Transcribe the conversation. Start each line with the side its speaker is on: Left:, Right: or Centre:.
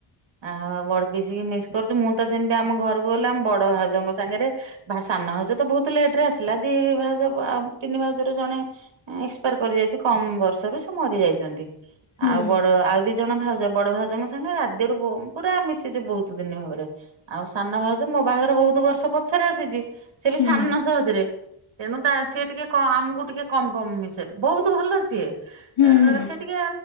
Right: ଆ ବଡ ପିଶିକି ମିସ୍ କରୁଚୁ ମୁଁ ତ ସେମତି ଆମ ଘରକୁ ଗଲେ ଆମ ବଡ ଭାଉଜଙ୍କ ସାଙ୍ଗରେ ଭାଷା! ସାନ ହଉଜ ତ ବହୁତ ଲେଟ ରେ ଆସିଲା ଦି ଭାଉଜ ଆଉ ତିନି ଭାଉଜ ରୁ ଜଣେ ଏକ୍ସପାର କରିଯାଇଛି! କମ ବର୍ଷରୁ ସେ ମରି ଯାଇଛନ୍ତି
Left: ହୁଁ
Right: ଆଉ ବଡ ଆଉ ଦି ଜଣ ଭାଉଜ ବଡ ଭାଉଜଙ୍କ ସାଙ୍ଗେ! ମଦରୁ ପୁରା ମିଶିଛୁ ବହୁତ ଦିନ ଭାବରେ ଆଉ ସାନ ହୋଉଛୁ ମୋ ବାହାଘର ବହୁତ ବର୍ଷ ପଛରେ ଆସିଛି! ସେ ବି
Left: ହୁଁ
Right: ସାନ ସହଜରେ! ତେଣୁ ତା ସିଏ ଟିକେ ଆମକୁ ଟିକେ କମ କମ ମିଶେ ବହୁତ ଭଲ ସିଏ!
Left: ହୁଁ ହୁଁ
Right: ସେ ଟିକେ